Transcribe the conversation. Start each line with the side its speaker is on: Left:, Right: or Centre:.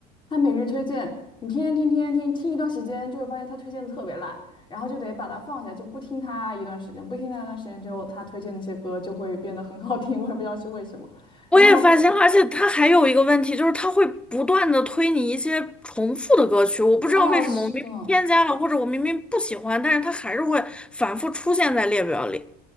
Left: 它每日推荐，你天天听天天听，听一段时间就会发现它推荐的特别烂，然后就得把它放下，就不听它一段时间，不听它一段时间之后，它推荐那些歌就会变得很好听，我也不知道是为什么。
Centre: 我也发现了，
Left: 然后
Centre: 而且它还有一个问题，就是它会不断的推你一些重复的歌曲，我不知道为什么，
Left: 啊，是的，
Centre: 我明明添加了，或者我明明不喜欢，但是它还是会反复出现在列表里。